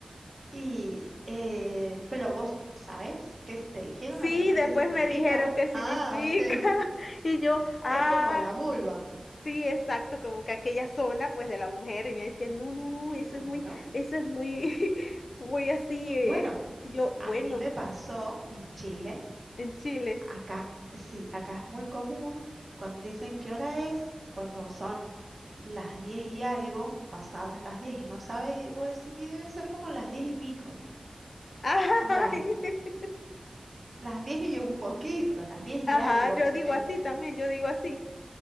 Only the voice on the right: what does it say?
Y, eh, pero vos sabés qué te dijeron
al final
qué significa.
Ah, ok.
<laughs>
Es como la vulva.
Claro.
Bueno,
a mí me pasó en Chile.
Acá, sí, acá es muy común cuando dicen qué hora es, cuando son las 10 y algo, pasadas las 10 y no sabe, y vos decís, y deben ser como las diez y pico,
como las, las 10 y un poquito, las 10 y
algo,
no
sé,